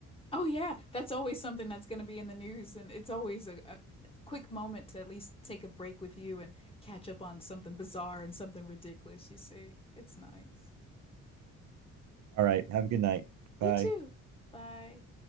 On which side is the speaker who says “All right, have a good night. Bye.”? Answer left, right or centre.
Right